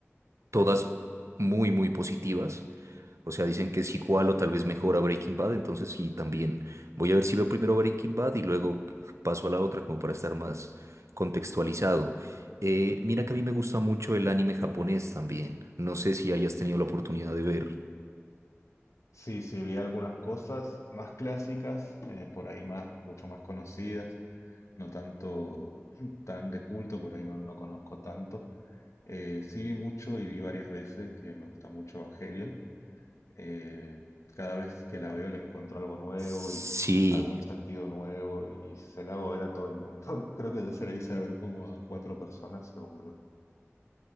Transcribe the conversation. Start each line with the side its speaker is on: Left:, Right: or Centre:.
Right: todas muy, muy positivas, o sea, dicen que es igual o tal vez mejor a Breaking Bad, entonces sí, también voy a ver si veo primero Breaking Bad y luego paso a la otra como para estar más contextualizado. Eh, mira que a mí me gusta mucho el anime japonés también, no sé si hayas tenido la oportunidad de ver.
Left: Sí, sí, vi algunas cosas más clásicas, eh, por ahí más, mucho más conocidas, no tanto <clears throat> tan de culto, por ahí no, no conozco tanto. Eh, sí vi mucho y vi varias veces que me gusta mucho Evangelion. Eh, cada vez que la veo le encuentro algo nuevo
Right: Sí,
Left: y algún sentido nuevo y se la hago ver a todo el mundo. <laughs> Creo que ya se la hice ver como a cuatro personas seguro.